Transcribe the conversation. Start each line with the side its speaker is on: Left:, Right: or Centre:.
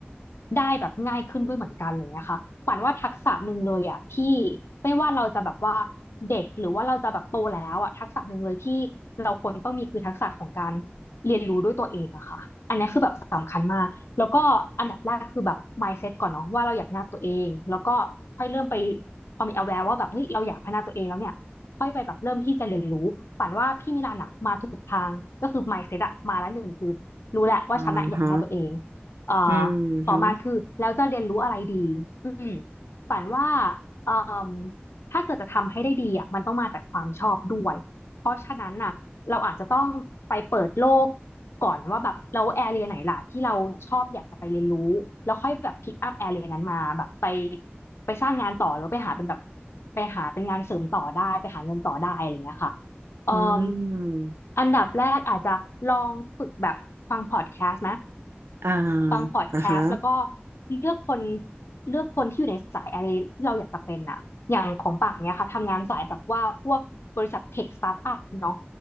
Left: ได้แบบง่ายขึ้นด้วยเหมือนกันอะไรเงี้ยค่ะป่านว่าทักษะหนึ่งเลยอ่ะที่ไม่ว่าเราจะแบบว่าเด็กหรือว่าเราจะแบบโตแล้วอ่ะทักษะหนึ่งเลยที่เราควรต้องมีคือทักษะของการเรียนรู้ด้วยตัวเองอะค่ะอันนี้คือแบบสำคัญมากแล้วก็อันดับแรกคือแบบ mindset ก่อนเนาะว่าเราอยากพัฒนาตัวเองแล้วก็ค่อยเริ่มไป พอมี aware ว่าแบบเฮ้ยเราอยากพัฒนาตัวเองแล้วเนี่ยค่อยไปแบบเริ่มที่จะเรียนรู้ปั่นว่าพี่มิลันอะมาถูกทางก็คือ mindset อะมาแล้วหนึ่งคือรู้แหละว่าฉันอะอยากพัฒนาตัวเอง
Right: อ่าฮะ
Left: เอ่อต่อมาคือแล้วจะเรียนรู้อะไรดีอืม
Right: อืมฮึ
Left: ปั่นว่าเอ่มถ้าเกิดจะทำให้ได้ดีอะมันต้องมาจากความชอบด้วย เพราะฉะนั้นน่ะเราอาจจะต้องไปเปิดโลกก่อนว่าแบบเราแอเรียไหนล่ะที่เราชอบอยากจะไปเรียนรู้แล้วค่อยแบบพิกอัพแอเรียนั้นมาแบบไปไปสร้างงานต่อหรือไปหาเป็นแบบไปหาเป็นงานเสริมต่อได้ไปหาเงินต่อได้อะไรอย่างเงี้ยค่ะเอ่ม
Right: อืม
Left: อันดับแรกอาจจะลองฝึกแบบฟังพอดแคสต์นะ
Right: อ่า
Left: ฟังพอดแคสต์แล้วก็
Right: อ่าฮะ
Left: เลือกคนเลือกคนที่อยู่ในสายอะไรที่เราอยากจะเป็นอะอย่างของป่านเนี่ยค่ะทำงานสายแบบว่าพวกบริษัทเทคสตาร์ทอัพเนาะ